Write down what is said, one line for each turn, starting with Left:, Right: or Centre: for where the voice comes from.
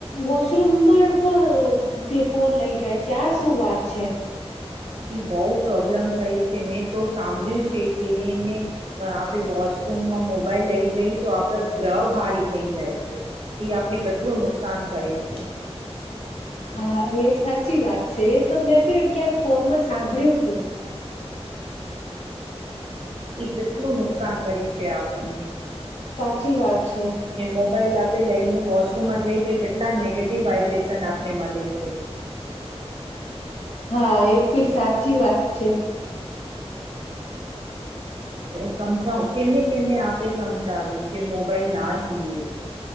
Left: વોશરૂમમાં પણ ફોન લઈ જાય છે આ શું વાત છે.
Right: એ બહ પ્રોબ્લેમ કહે છે મેં તો સાંભળ્યું છે કે એને, આપણે વોશરૂમમાં મોબાઈલ લઈ જઈ તો આપડા ગ્રહ ભારી થઈ જાય છે. એઈ આપને કેટલું નુકસાન કરે છે.
Left: હા એ સાચી વાત છે એ તો મેં પણ ક્યાંક ફોનમાં સાંભળ્યું હતું.
Right: કેટલું નુકસાન કરે છે આપને.
Left: સાચી વાત છે
Right: ને મોબાઈલ આપે લઈને વોશરૂમમાં જઈ તો કેટલા નેગેટિવ વાઈબ્રેશન આપને મળે છે. છે.
Left: હા એ પણી સાચી વાત છે.
Right: સમજાવ કેમને કેમને આપે સમજાવી કે મોબાઈલ ના જુઓ.